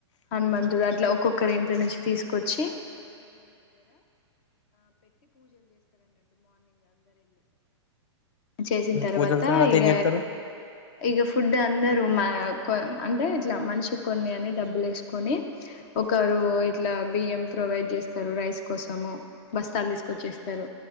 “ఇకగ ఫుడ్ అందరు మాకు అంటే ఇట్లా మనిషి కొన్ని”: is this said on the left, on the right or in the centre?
Left